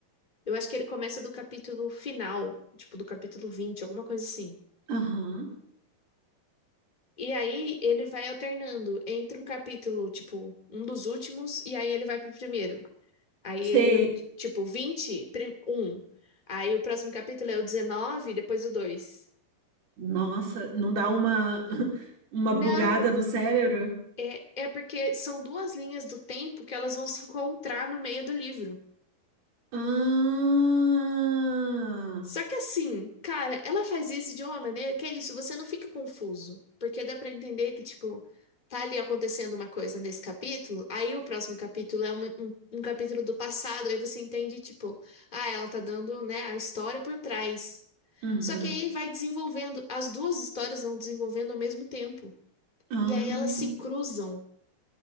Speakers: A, on the left (about 20°); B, on the right (about 80°).
A: eu acho que ele começa do capítulo final, tipo do capítulo 20, alguma coisa assim.
B: Aham.
A: E aí ele vai alternando entre um capítulo, tipo, um dos últimos, e aí ele vai pro primeiro. Aí
B: Sei.
A: ele, tipo, 20 prim- um. Aí o próximo capítulo é o 19, depois o 2.
B: Nossa, não dá uma, <laughs> uma
A: Não,
B: bugada no cérebro?
A: é, é porque são duas linhas do tempo que elas vão se encontrar no meio do livro.
B: Ah,
A: Só que assim, cara, ela faz isso de uma maneira que é isso, você não fica confuso. Porque dá pra entender que, tipo, tá ali acontecendo uma coisa nesse capítulo, aí o próximo capítulo é um, um um capítulo do passado, aí você entende, tipo, ah, ela tá dando, né, a história por trás.
B: uhum.
A: Só que aí vai desenvolvendo, as duas histórias vão desenvolvendo ao mesmo tempo.
B: Ah.
A: E aí elas se cruzam.